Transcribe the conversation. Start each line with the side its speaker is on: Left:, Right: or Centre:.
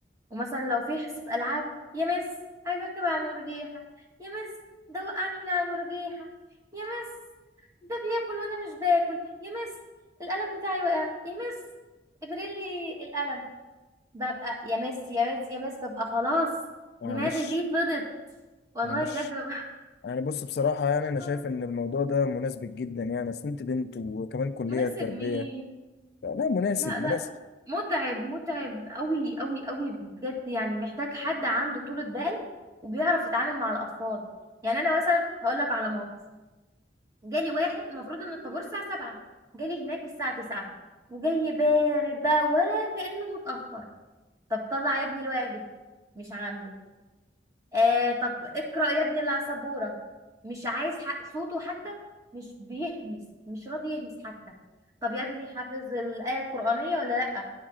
Right: ومثلا لو في حصة ألعاب يا مس عايزة أركب على المرجيحة يا مس ده وقعني من على المرجيحة يا مس ده بياكل وأنا مش باكل يا مس القلم بتاعي وقع يا مس ابريلي القلم ببقى يا مس يا مس يا مس ببقى خلاص
Left: معلش
Right: دماغي دي فضت والله
Left: معلش
Right: بجد ببقى
Left: يعني بص بصراحه يعني انا
Right: <laughs>
Left: شايف ان الموضوع ده مناسب جدا يعني اصل انت بنت وكمان كليه
Right: مناسب
Left: تربيه
Right: مين
Left: لا مناسب
Right: لا لا
Left: مناسب
Right: متعب متعب قوي قوي قوي بجد يعني محتاج حد عنده طولة بال وبيعرف يتعامل مع الأطفال يعني أنا مثلا هقول لك على موقف جالي واحد المفروض إن الطابور الساعة 7 جالي هناك الساعة 9 وجاي بارد بقى ولا كأنه متأخر طب طلع يا ابني الواجب مش عامله آه طب اقرأ يا ابني اللي على السبورة مش عايز حق صوته حتى مش بيهمس مش راضي يهمس حتى طب يا ابني حافظ الآية القرآنية ولا لأ